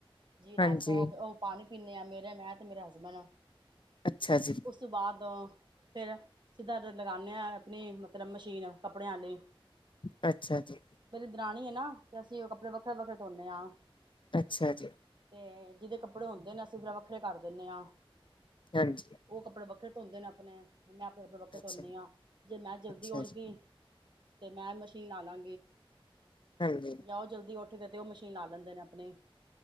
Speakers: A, on the right; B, on the left.
A: ਜੀਰਾ
B: ਹਾਂਜੀ
A: ਸੌ ਉਹ ਪਾਣੀ ਪਿੰਨੇ ਆ ਮੇਰੇ ਮੈਂ ਤੇ ਮੇਰਾ ਹਸਬੈਂਡ ਆ
B: ਅੱਛਾ ਜੀ,
A: ਉਸ ਤੋਂ ਬਾਅਦ ਫੇਰ ਸਿੱਧਾ ਲਗਾਉਾਨਦੇ ਹ ਆਪਣੀ ਮਤਲਬ ਮਸ਼ੀਨ ਕੱਪੜਿਆਂ ਲਈ
B: ਹ ਅੱਛਾ ਜੀ
A: ਦਣੀ ਆ ਨਾ ਤੇ ਅਸੀਂ ਉਹ ਕੱਪੜ ਵੱਖਰੇ-ਵੱਖਰੇ ਧੋਨੇ ਹਾਂ
B: ਅੱਛਾ ਜੀ
A: ਤੇ ਜਿਹਦੇ ਕੱਪੜੇ ਹੁੰਦੇ ਨੇ ਅਸੀਂ ਫੇਰ ਵੱਖਰੇ ਕਰ ਦਿੰਦੇ ਹਾਂ
B: ਹਾਂਜੀ।
A: ਉਹ ਕੱਪੜੇ ਵੱਖਰੇ ਧੋਂਦੇ ਨੇ ਆਪਣੇ ਮੈਂ ਆਪਣੇ-ਆਪਣੇ
B: ਅੱਛਾ,
A: ਤੋਣੀ ਹਾਂ, ਜੇ ਮੈਂ ਜਲਦੀ
B: ਅੱਛਾ
A: ਉੱਠ
B: ਜੀ,
A: ਗਈ ਤੇ ਮੈਂ ਮਸ਼ੀਨ ਲਾ ਲਾ
B: ਹਾਂਜੀ,
A: ਜਾਓ ਜਲਦੀ ਉਠ ਉਠ ਕੇ ਤੇ ਉਹ ਮਸ਼ੀਨ ਲਾ ਲੈਂਦੇ ਨੇ ਆਪਣੇ